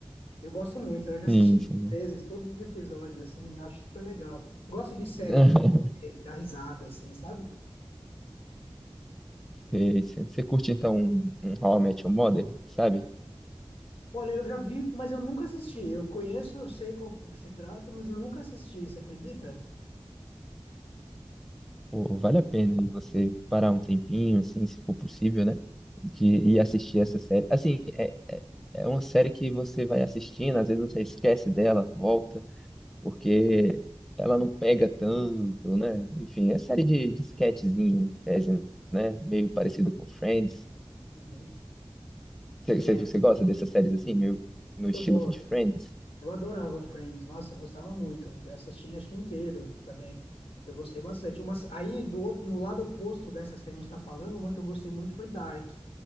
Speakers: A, on the left; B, in the centre.
A: Eu gosto muito, eu já assisti
B: Sim,
A: duas
B: sim.
A: vezes todos os episódios, assim, eu acho super legal. Gosto de série
B: <laughs>
A: que eh, dá risada, assim, sabe?
B: Sei, sei. Você curte então um, um How I Met Your Mother, sabe?
A: Olha, eu já vi, mas eu nunca assisti. Eu conheço, eu sei qual- o que se trata, mas eu nunca assisti, você acredita?
B: Pô, vale a pena aí você parar um tempinho, assim, se for possível, né? De ir assistir essa série. Assim, é, é, é uma série que você vai assistindo, às vezes você esquece dela, volta, porque ela não pega tanto, né? Enfim, é série de, de sketchzinha, em tese, né? Meio parecida com Friends.
A: Uhum.
B: Você
A: É,
B: você- você gosta dessas séries assim, meio no estilo
A: eu gosto.
B: de Friends?
A: Eu adorava Friends, nossa, eu gostava muito. Eu assisti acho que inteiro também. Eu gostei bastante. Uma, aí do outro, no lado oposto dessas que a gente está falando, uma que eu gostei muito foi Dark.